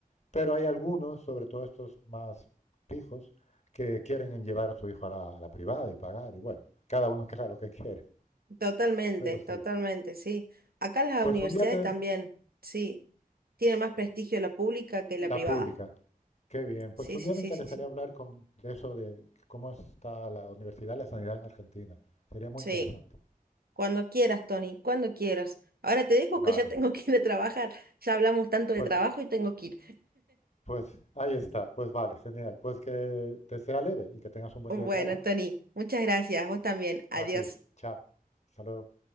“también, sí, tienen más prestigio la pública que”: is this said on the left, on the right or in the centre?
Right